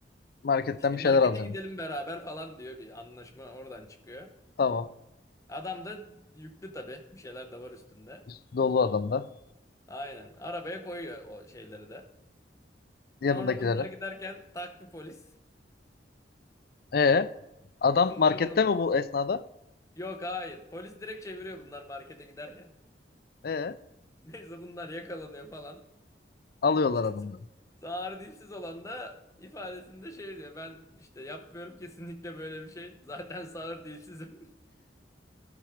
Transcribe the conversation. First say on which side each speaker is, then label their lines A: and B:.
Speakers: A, on the left (about 55°); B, on the left (about 20°).
A: marketten
B: İşte
A: bir
B: markete
A: şeyler alacağım.
B: gidelim beraber falan diyor. Bir anlaşma oradan çıkıyor.
A: Tamam.
B: Adam da yüklü tabii. Bir şeyler de var üstünde.
A: Üstü dolu adamlar.
B: Aynen. Arabaya koyuyor o şeyleri de.
A: Yanındakilere.
B: Sonra bunlar giderken tak bir polis.
A: Ee,
B: <laughs>
A: adam
B: Bunları
A: markette
B: top.
A: mi bu esnada?
B: Yok hayır. Polis direkt çeviriyor bunlar markete giderken.
A: Ee,
B: Neyse bunlar yakalanıyor falan.
A: alıyorlar
B: İşte
A: adamları.
B: <laughs> sağır dilsiz olan da ifadesinde şey diyor. Ben işte yapmıyorum kesinlikle böyle bir şey. Zaten sağır dilsizim.